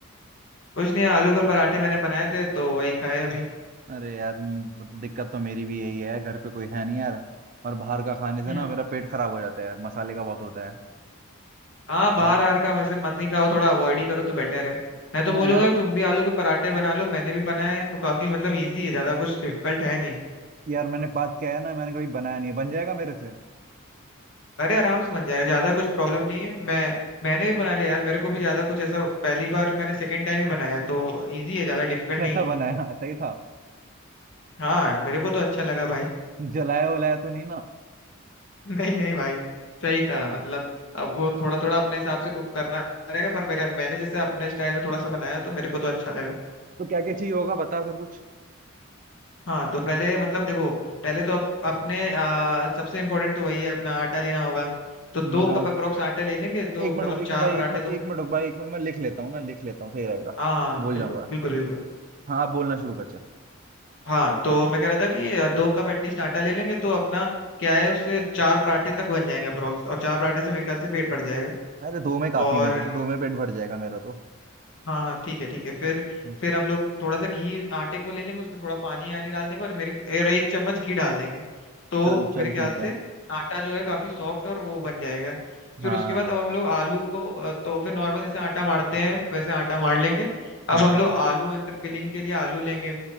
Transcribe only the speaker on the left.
कुछ नहीं आलू के पराठे मैंने बनाए थे तो वही खाए अभी
हम्म
हाँ बाहर
आर का वैसे मत ही खाओ थोड़ा अवॉइड ही करो तो बेटर है मैं तो
बोलूंगा
कि तुम भी आलू के पराठे बना लो मैंने भी बनाए हैं, तो काफी मतलब इजी है ज्यादा कुछ डिफिकल्ट है नहीं
अरे आराम से बन जाएगा ज्यादा कुछ प्रॉब्लम नहीं है मैं मैंने भी बना लिया यार मेरे को भी ज्यादा कुछ ऐसा पहली बार मैंने सेकेंड टाइम ही बनाया तो इजी है ज्यादा डिफिकल्ट
नहीं है
हाँ मेरे को तो अच्छा लगा भाई
नहीं नहीं भाई सही था
मतलब अब वो थोड़ा थोड़ा अपने हिसाब से कुक करना रहेगा पर मेरे मैंने जैसे अपने स्टाइल में थोड़ा सा बनाया तो मेरे को तो अच्छा लगा
हाँ तो पहले मतलब देखो पहले तो अप, अपने आ, सबसे इम्पोर्टेंट तो वही है अपना आटा लेना होगा तो दो
कप अप्रोक्स आटा ले लेंगे तो
मतलब
चार
पराठे
तो
हाँ हाँ
बिल्कुल
बिल्कुल बिल्कुल
हाँ तो मैं कह रहा था कि आ, दो कप एटलीस्ट आटा ले लेंगे तो अपना क्या है उससे चार पराठे तक बन जाएंगे अप्रोक्स और चार पराठे से मेरे ख्याल से पेट भर जाएगा
और
हाँ हाँ ठीक है ठीक है फिर
फिर हम लोग थोड़ा सा घी आटे को ले लेंगे उसमें थोड़ा पानी आनी डाल देंगे और मेरे और एक चम्मच घी डाल देंगे तो
मेरे
ख्याल
से आटा जो है काफी सॉफ्ट और वो बन जाएगा फिर
उसके बाद अब हम लोग आलू को अ, तो फिर नॉर्मल जैसे आटा मारते हैं वैसे आटा मार लेंगे अब
हम लोग आलू अंदर फिलिंग के लिए आलू लेंगे